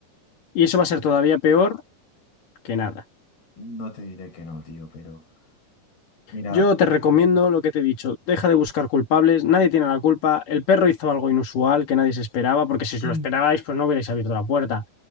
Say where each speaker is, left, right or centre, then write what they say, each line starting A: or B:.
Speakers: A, on the left (about 60°); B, on the left (about 90°).
A: Y eso va a ser todavía peor que nada.
B: no te diré que no, tío, pero mira,
A: Yo te recomiendo lo que te he dicho, deja de buscar culpables, nadie tiene la culpa, el perro hizo algo inusual que nadie se esperaba, porque si
B: sí,
A: os lo esperabais, pues no hubierais abierto la puerta.